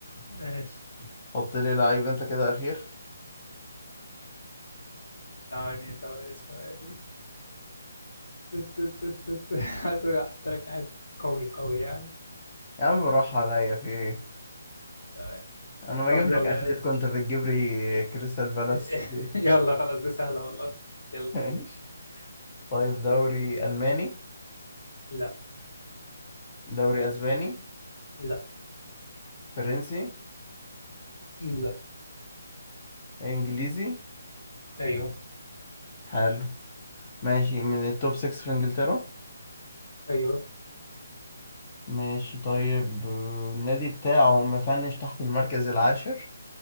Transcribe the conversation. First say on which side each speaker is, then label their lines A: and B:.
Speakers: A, on the left; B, on the left.
A: ماشي
B: حط لي لعيب انت كده اخير
A: ثواني ثواني ثواني تت- تت- تت- تت. عايز احط لك حاجة قوي قوي يعني
B: يا عم بالراحة عليا في ايه
A: تمام.
B: انا بجيب
A: طب يلا
B: لك اتليت كنت بتجيب لي كريستال بالاس
A: <laughs>
B: في ايه
A: يلا خلاص دي سهلة والله
B: <laughs>
A: يلا
B: ماشي طيب دوري الماني
A: لا
B: دوري اسباني
A: لا
B: فرنسي
A: لا
B: انجليزي
A: ايوه
B: حلو ماشي من التوب 6 في انجلترا
A: ايوه
B: ماشي طيب آه، النادي بتاعه مفنش تحت المركز العاشر